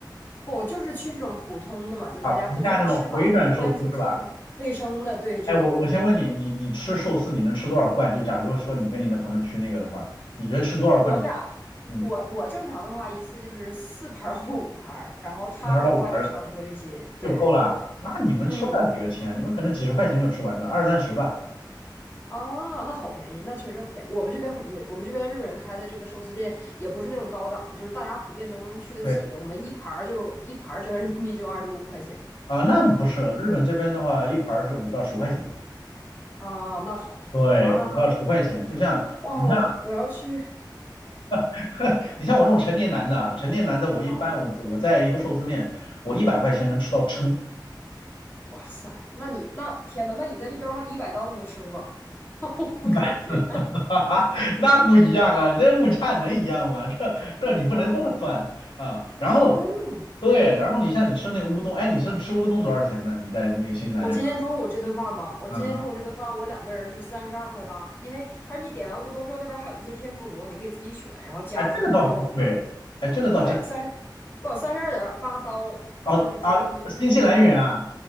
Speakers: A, on the left (about 25°); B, on the left (about 85°).
A: 不，我就是去这种普通的嘛，就大家都就能吃饱，
B: 啊。评价这种回转寿司是吧？
A: 干干净净、卫生的。对，这种
B: 哎，我我先问你，你你吃寿司你能吃多少罐？就假如说说你跟你的朋友去那个的话，你觉得吃多少罐你？
A: 我俩，
B: 嗯，
A: 我我正常的话一次就是四盘儿或五盘儿，然后他的话也差不多这些。
B: 一盘儿到五盘儿
A: 对，
B: 就够了。那你们吃不了几个钱，
A: 嗯
B: 你们可能几十块钱就吃完了，二三十吧。
A: 哦，那好便宜，那确实便宜。我们这边很贵，我们这边日本人开的这个寿司店也不是那种高档的，就是大家普遍都能去得起的。
B: 对
A: 我们一盘儿就一盘儿折合人民币就二十五块钱
B: 啊，那不是日本这边的话，一盘儿是五到十块钱。
A: 啊，那好便宜哇
B: 对，五到十块钱，就像你像
A: 哇！我我要去，
B: <laughs> 你像我这种成年男的啊，成年男的我一般我我在一个寿司店，
A: 嗯，
B: 我一百块钱能吃到撑。
A: 哇塞，那你那天呐，那你在这边的话，你一百刀你都吃不饱，<laughs>
B: 一百。
A: 我感觉 <laughs>
B: <laughs> 哈哈，那不一样啊！那物价能一样吗？这这你不能这么算啊！
A: 哇
B: 然后
A: 天呐！
B: 对，然后你像你吃那个乌冬，哎，你是吃乌冬多少钱呢？你在那个新西兰那边？
A: 我今天中午这顿饭嘛，我今天中午这顿饭，
B: 嗯嗯，
A: 我两个人是三十二块八，因为他说你点完乌冬之后，那边还有一些天妇罗，你可以自己选，然后加起来，
B: 哎，这个倒不贵，
A: 然后我们俩。
B: 哎，这个倒真
A: 对，三十不三十二点八刀，
B: 啊啊，
A: 就是折合人民币的话，
B: 新西兰元啊！